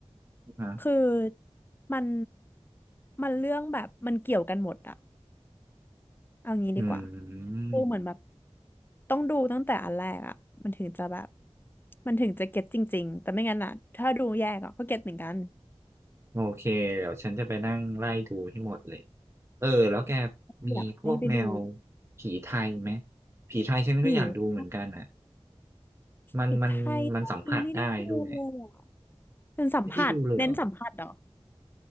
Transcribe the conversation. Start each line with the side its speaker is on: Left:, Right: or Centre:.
Right: ฮะ
Left: คือมันมันเรื่องแบบมันเกี่ยวกันหมดอะเอางี้ดีกว่า
Right: อืม
Left: คือเหมือนแบบต้องดูตั้งแต่อันแรกอะมันถึงจะแบบมันถึงจะเก็ตจริงๆแต่ไม่งั้นอะถ้าดูแยกอะก็เก็ตเหมือนกัน
Right: โอเคเดี๋ยวฉันจะไปนั่งไล่ดูให้หมดเลยเออแล้วแกมีพวกแนว
Left: อยากให้ไปดู
Right: ผีไทยไหมผีไทยฉันก็อยากดูเหมือนกันอ่ะ
Left: ผี
Right: มันมันมันสัมผัสได้ด้วย
Left: ผีไทยตอนนี้ไม่ได้ดูเลยอะเป็นสัมผัสเน้นสัมผัสเหรอ
Right: ไม่ได้ดูเลยเหรอ